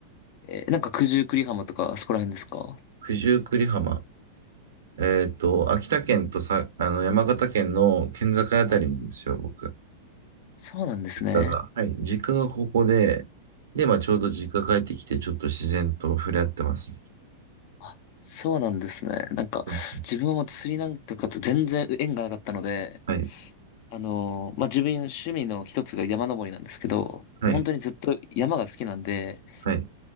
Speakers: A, on the left; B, on the right.
A: えーなんか九十九里浜とかあそこら辺ですか
B: 九十九里浜。えっと、秋田県とさ、あの、山形県の県境あたりなんですよ、
A: はい。
B: 僕。
A: そうなんですね。
B: だが、はい、実家がここで、で、まあ、ちょうど実家帰ってきて、ちょっと自然と触れ合ってます。
A: あ、そうなんですね。なんか、
B: うん、
A: 自分はもう釣りなんとかと全然縁がなかったので、
B: はい、
A: あのーまあ、自分趣味の一つが山登りなんですけど、
B: はい、
A: 本当にずっと山が好きなんで、
B: はい。